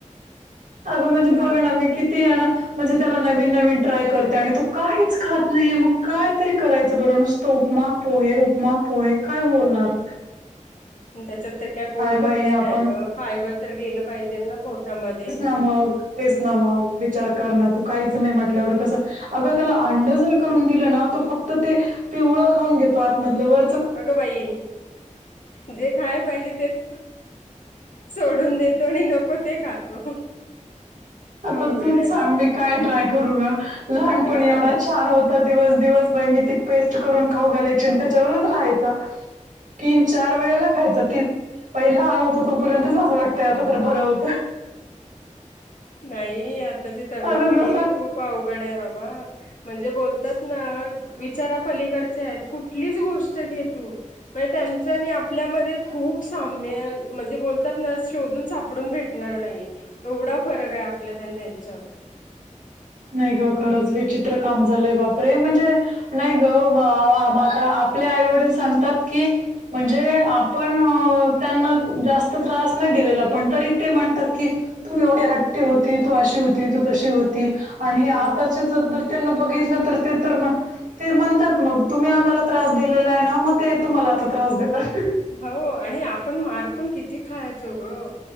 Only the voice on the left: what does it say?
आता
त्याच्यात तर काय पोट
भरतय
काय ग फायबर तर गेलं पाहिजेल ना पोटामध्ये.
अगं बाई, जे खाया पाहिजे तेच सोडून देतो आणि नको ते खातो. अवघड
आहे
अगं
नाही आताची तरुण
पिढी
खूप अवघड आहे बाबा. म्हणजे बोलतात ना विचारा पलीकडचे आहेत कुठलीच गोष्ट घे तू. मण त्यांचनी आपल्यामध्ये खूप साम्य म्हणजे बोलतात न शोधून सापडून भेटणार नाही. एवढा फरक आहे आपल्यात आणि त्यांच्यात.
हो
हो आणि आपण मार पण किती खायचो ग.